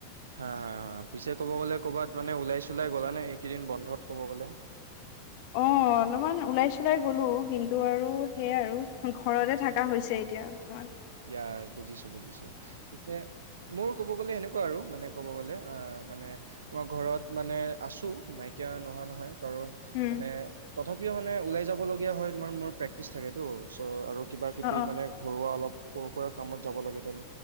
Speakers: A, on the right; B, on the left.
A: হা, হা পিছে ক'ব গ'লে ক'ৰবাত মানে ওলাই চোলাই গ'লা নে এইকেইদিন বন্ধত ক'ব গ'লে।
B: অহ। অলপমান ওলাই চলাই গলো কিন্তু আৰু সেইয়া আৰু ঘৰতে থাকা হৈছে এতিয়া। অকমান।
A: ইয়াৰ বুজিছো বুজিছো পিছে। মোৰ ক'ব গ'লে সেনেকুৱা আৰু মানে ক'ব গ'লে মানে। মই ঘৰত মানে আছোঁ নাইকিয়া নোহোৱা নহয় কাৰণ
B: উম
A: মানে তথাপিও মানে ওলাই যাব লগীয়া হয় তোমাৰ মোৰ প্ৰেক্টিচ থাকেটো। চ আৰু কিবাকিবি
B: অ অ
A: মানে ঘৰুৱা অলপ। সৰু সুৰা কামত যাব লাগে দেন